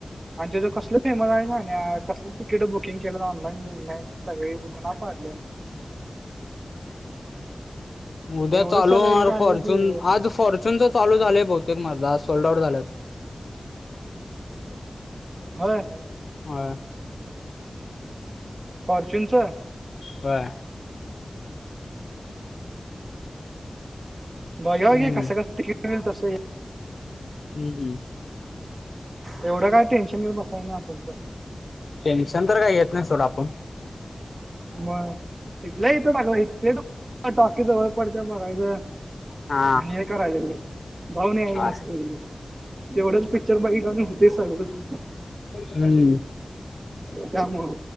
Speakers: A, on the right; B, on the left.
A: आणि तेज कसलं फेमस आहे सह्यन्या आणि कस तिकीट बुक बुकिंग केल्यात तर ऑनलाईन बिनलाईन सगळी बुकना पाडल्यात.
B: उद्या
A: एवढं
B: चालू
A: सगळं
B: होणार
A: हे झालं
B: फॉर्च्यून
A: की
B: आज फॉर्च्यूनच चालू झालंय बहुतेक मर्दा आज सोल्ड आउट झाल्यात.
A: होय.
B: होय <unintelligible>
A: फॉरर्च्यूनच.
B: होय काय
A: बघ्यखव
B: हम्म
A: की कसं कस तिकीट मिळतंय.
B: हम्म ह
A: एवढं काय टेन्शन घेत बसाय नाय आपण पण,
B: टेन्शन तर काही घेत नाही सोड आपण
A: मग इथलं इथं टाकलंयस इ टॉकी जवळ पडत्या बघायचं.
B: हा
A: आणि हे करायच रे भाऊणी याला
B: हा
A: मस्ती तेवढंच पी पिक्चर बघितल्या होतेय <unintelligible>
B: हम्म
A: त्यामुळं.